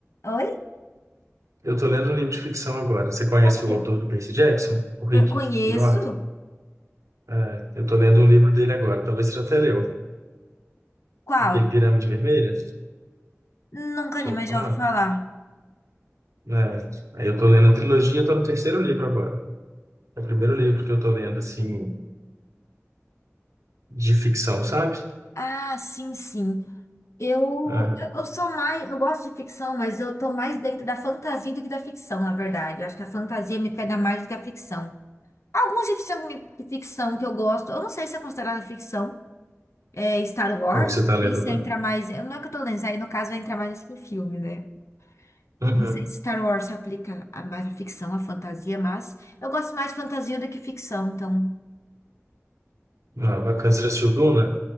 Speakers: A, on the left; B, on the right.
A: Oi?
B: Eu tô lendo um livro de ficção agora. Você conhece
A: Sério?
B: o autor do Percy Jackson? O Rick
A: Eu conheço?
B: Riordan? É, eu tô lendo um livro dele agora. Talvez você já até leu.
A: Qual?
B: Aquele Pirâmide Vermelha?
A: Nunca
B: Já
A: nem
B: ouviu
A: mais
B: falar?
A: já ouvi falar.
B: É, aí eu tô lendo a trilogia, eu tô no terceiro livro agora. É o primeiro livro que eu tô lendo, assim, de ficção, sabe?
A: Ah, sim, sim. Eu,
B: Ah,
A: eu, eu sou mais. Eu gosto de ficção, mas eu tô mais dentro da fantasia do que da ficção, na verdade. Eu acho que a fantasia me pega mais do que a ficção. Alguns de ficção, de ficção que eu gosto, eu não sei se é considerada ficção, é Star Wars,
B: qual que você
A: não
B: tá
A: sei
B: lendo
A: se
B: agora?
A: entra mais, eu- não é que eu tô lendo, isso aí no caso vai entrar mais acho que em filme, né?
B: Uhum.
A: Não sei se Star Wars se aplica a mais à ficção, à fantasia, mas eu gosto mais de fantasia do que ficção, então...
B: Ah, bacana, você já assistiu Duna?